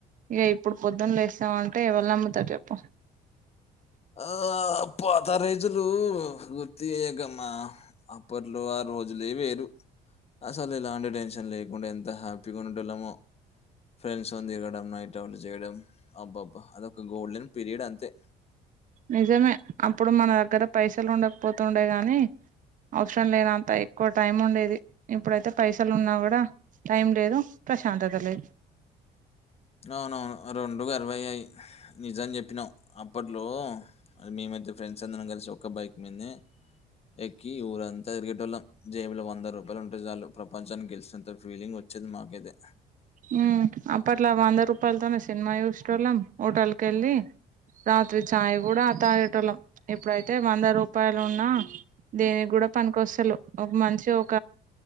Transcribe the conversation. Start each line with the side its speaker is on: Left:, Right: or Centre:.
Right: ఇగ ఇప్పుడు పొద్దున లేసినవంటే ఎవరు నమ్ముతారు చెప్పు
Left: ఆ! పాత రోజులు గుర్తు చేయకమ్మా అప్పట్లో ఆ రోజులే వేరు అసలు ఇలాంటి టెన్షన్ లేకుండా ఎంత హ్యాపీగా ఉండేటోళ్ళమో ఫ్రెండ్స్ తో తిరగడం నైట్ అవుట్ చేయడం అబ్బాబ అదొక గోల్డెన్ పీరియడ్ అంతే
Right: నిజమే అప్పుడు మన దగ్గర పైసలు ఉండకపోతుండే గాని అవసరం లేనంత ఎక్కువ టైం ఉండేది ఇప్పుడైతే పైసలు ఉన్నా కూడా టైం లేదు ప్రశాంతత లేదు
Left: అవునవును రెండు కలవవు అవీ నిజం చెప్పినవ్ అప్పట్లో అది మేము మీ ఫ్రెండ్స్ అందరం కలిసి ఒక బైక్ మీదనే ఎక్కి ఊరంతా తిరిగేటోళ్ళం జేబులో వంద రూపాయలు ఉంటే చాలు ప్రపంచాన్ని గెలిచినంతా ఫీలింగ్ వచ్చేది మాకైతే
Right: మ్మ్ అప్పట్లో వంద రూపాయలతోనే సినిమా చూసేటోళ్ళం హోటల్కి వెళ్ళి రాత్రి చాయ్ కూడా తాగేటోల్లం ఇప్పుడైతే వంద రూపాయలు ఉన్నా దేనికి కూడా పనికొస్తలేవు ఒక మంచి ఒక